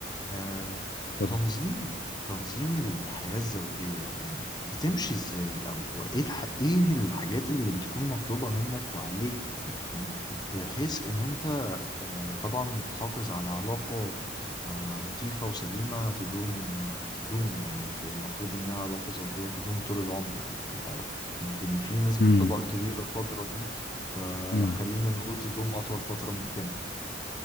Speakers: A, on the left; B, on the left.
A: آه،
B: صد
A: تنظيم تنظيم الحياة الزوجية يعني بتمشي ازاي او ايه الح... ايه الحاجات اللي بتكون مطلوبة منك وعليك بحيث ان انت آه، طبعا تحافظ على علاقة آه، لطيفة وسليمة تدوم تدوم يعني ت- المفروض إنها علاقة زوجية تدوم طول العمر يعني أو يمكن في نسبة
B: امم
A: طلاق كبيرة الفترة دي فخلينا
B: امم
A: نقول تدوم أطول فترة ممكنة